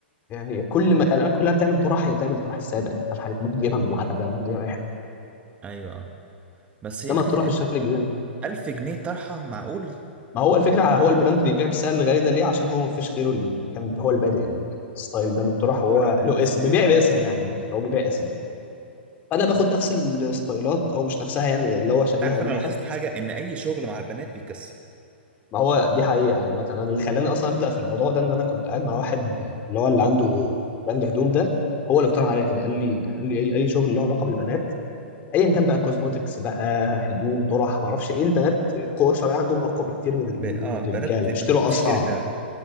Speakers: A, on the left; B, on the right.
A: يعني كل ما الالوان كلها بتعمل طرح هي بتعمل طرح الساده يعني ما فيهاش حاجه أنت ممكن تجيبها من العتبه ممكن تجيبها من اي حته
B: ايوه آه. بس
A: انما
B: يا اخي
A: الطرح الشكل الجديد
B: ألف جنيه طرحة معقول
A: ما هو الفكره هو البراند بيبيع بالسعر الغالي ده ليه عشان هو ما فيش غيره اللي كان هو اللي بادئ ال- الستايل ده من الطرح وهو
B: هو اللي بدأ
A: له
B: الستايل
A: اسم بيبيع باسمه يعني يعني هو بيبيع اسمه فانا باخد نفس الستايلات او مش نفسها يعني اللي هو شبيهه
B: انت عارف
A: ليها
B: انا لاحظت حاجه ان اي شغل مع البنات بيكسب
A: ما هو دي حقيقه مثلا اللي خلاني اصلا ابدا في الموضوع ده ان انا كنت قاعد مع واحد اللي هو اللي عنده براند هدوم ده هو اللي اقترح عليا كده قال لي قال لي اي اي شغل له علاقه بالبنات ايا كان بقى كوزموتكس بقى هدوم طرح ما اعرفش ايه البنات القوه الشرعيه عندهم اقوى بكتير من ال-
B: ب... اه
A: من الرجاله
B: بنات
A: بيشتروا
B: بنات بتشتري
A: اسرع
B: فعلا